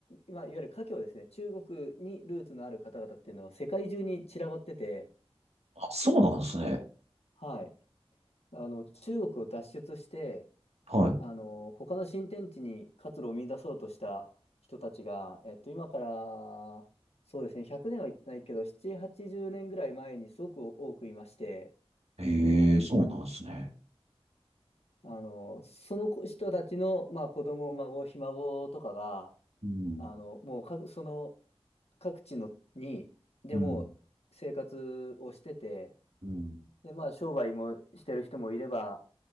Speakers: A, on the left; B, on the right.
A: まあ、いわゆる華僑ですね、中国にルーツのある方々っていうのは世界中に散らばってて、
B: あ、そうなんですね。
A: 結はい。あの、中国を脱出して、
B: はい。
A: あの、他の新天地に活路を見出そうとした人たちが、えっと、今から、そうですね、100年は言ってないけど、7、80年ぐらい前にすごく多くいまして、
B: へえ、そうなんですね。
A: あの、その人たちの、まあ、子供、孫、ひ孫とかが、
B: うん。
A: あの、もう各、その各地のに、でもう生活をしてて、
B: うん。うん。
A: で、まあ、商売もしてる人もいれば、